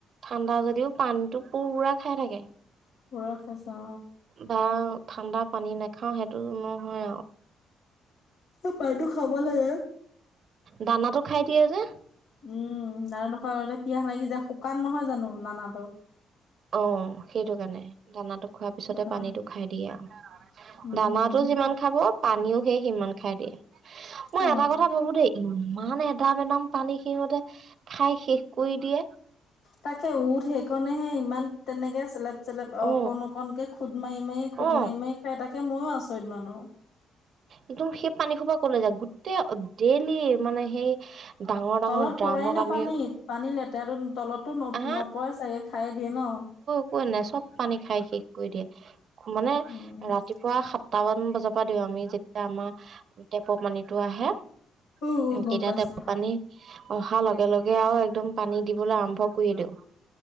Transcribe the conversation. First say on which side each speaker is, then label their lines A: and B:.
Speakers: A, on the right; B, on the left.
A: ঠাণ্ডা যদিও পানীটো পুৰা খাই থাকে।
B: পুৰা খাইচে অ।
A: বাও ঠাণ্ডা পানী নাখাও সেইটো নহয় আও।
B: সে পানীটো খাব লাগে এ
A: দানাটো খাই দিয়ে যে।
B: উম দানা নোখোৱা কাৰণে পীয়াহ লাগি যায় শুকান নহয় জানো দানাটো।
A: অ সেইটো কাৰণে দানাটো খোৱাৰ পিছতে
B: শুকান
A: পানীটো খাই দিয়ে আও।
B: উম
A: দানাটো
B: উম
A: যিমান খাব পানীও সেই সিমান খাই দিয়ে। মই
B: অ
A: এটা কথা ভাবো দেই ইম- ইমান এদাম এদাম পানী সিহতে খাই শেষ কৰি দিয়ে।
B: তাকে উঠ সেইখনেহে ইমান তেনেকে চেলেপ চেলেপ
A: অ
B: অকন অকনকে খুদ মাৰি মাৰি
A: অ
B: খুদ মাৰি মাৰি খাই তাকে ময়ো আচৰিত মানোহ।
A: একদম সেই পানী খোপা কলে যাক গোটেই ডেইলি মানে সেই ডাঙৰ ডাঙৰ
B: তলত
A: ড্ৰামত
B: পৰে নে
A: আমি
B: পানী পানী লেতেৰাটো তলতো ন
A: আহা
B: নপৰে চাগে খায় দিয়ে ন।
A: পয় নাই চব পানী খাই শেষ কৰি দিয়ে মানে
B: উম
A: ৰাতিপুৱা সাত দুটামান বজাৰ পৰা দিওঁ আমি যেতিয়া আমাৰ টেপৰ পানীটো আহে।
B: উম
A: হম,
B: গম
A: কেতিয়া
B: পাইছো
A: টেপ পানী অহা লগে -লগে আওঁ একদম পানী দিবলে আৰম্ভ কৰি দিওঁ।